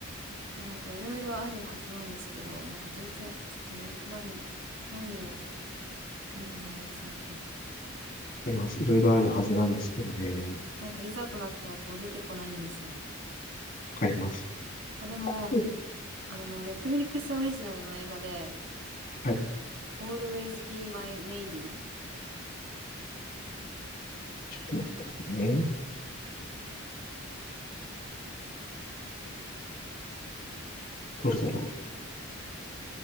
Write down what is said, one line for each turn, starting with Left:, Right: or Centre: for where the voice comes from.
Right: え、なんかいろいろあるはずなんですけど、なんか全然、ちょっとな、何、何を見たんだろう、最近。
Left: あります。いろいろあるはずなんですけどね。
Right: なんかいざとなったらこう出てこないんですよね。
Left: わかります。
Right: あ、でも、
Left: はい。
Right: あの、ネットフリックスオリジナルの映画で、
Left: はい
Right: Always Be My Maybe?
Left: ちょっと待ってくださいね。どれだろ